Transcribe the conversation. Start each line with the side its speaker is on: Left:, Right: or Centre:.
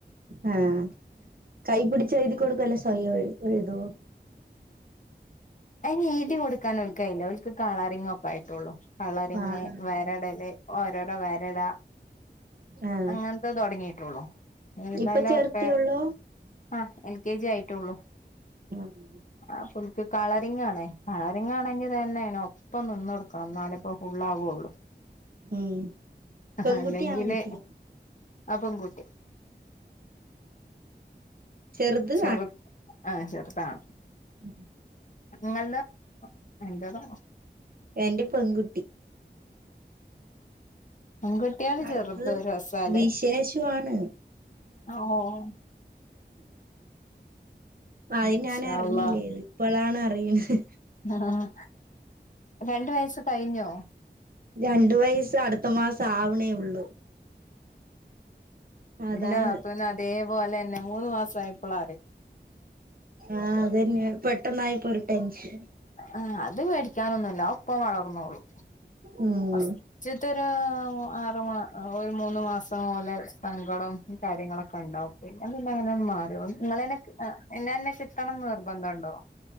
Right: ആഹ് കൈ പിടിച്ച് എഴുതി കൊടുക്കൊ അല്ലെ സ്വയം എഴുതുവോ?
Left: അയ്ന് എഴുതി കൊടുക്കാൻ ഓൽക്കായില്ല ഓൽക്ക് കളറിങ്ങൊക്കെ ആയിട്ടുള്ളു. കളറിങ്ങ്
Right: ആഹ്
Left: വരടല് ഓരോരോ വരയിട
Right: ആഹ്
Left: അങ്ങനത്തെ തൊടങ്ങീ <unintelligible>
Right: ഇപ്പൊ
Left: അതൊക്കെ
Right: ചേർത്തിയൊള്ളോ
Left: ആഹ് എൽ. കെ. ജി ആയിട്ടുള്ളൂ.
Right: ആഹ് അ
Left: ആ പുള്ളിക്ക് കളറിങ്ങാണ്. കളറിങ്ങാണെങ്കി തന്നെയതിന് ഒപ്പം നിന്നു കൊടുക്കണം എന്നാലിപ്പോ ഉണ്ടാകൊള്ളു
Right: ഉം പെൺകുട്ടിയാ
Left: അല്ലെങ്കില്
Right: ആൺകുട്ടിയാ
Left: ആഹ് പെങ്കുട്ടി.
Right: ചെറുത്
Left: ചെറു ആഹ് ചെറുതാണ്.
Right: ഉം
Left: നിങ്ങളുടെ എന്താണ്?
Right: രണ്ട് പെൺകുട്ടി
Left: പെൺകുട്ടിയള്
Right: അടുത്തത്
Left: ചെറുത് രസാലേ
Right: വിശേഷമാണ്
Left: ആഹ് <inaudible>
Right: ആദ്യം
Left: മാഷാ
Right: ഞാനറിഞ്ഞില്ല
Left: അല്ലാഹ്
Right: ഇത് ഇപ്പളാണ് അറിയുന്നത്.
Left: ആഹ് രണ്ട് വയസ് കഴിഞ്ഞോ?
Right: രണ്ട് വയസ് അടുത്ത മാസം ആവണേ ഉള്ളു.
Left: പിന്ന
Right: അതാണ്
Left: പിന്ന ദേവു അല്ലേ എന്നെ മൂന്നുമാസായിപൊള്ള
Right: ആ അതന്നെ പെട്ടെന്നായിപ്പൊരു ടെൻഷൻ
Left: ആഹ് അത് പേടിക്കാനൊന്നുമല്ല ഒപ്പം വളർന്നോളും
Right: ഉം
Left: ഫസ്റ്റത്തൊരു ആറ് ആറ് മാ ഒരു മൂന്ന് മാസം പോലെ സങ്കടം <unintelligible> <unintelligible> നിർബന്ധണ്ടോ?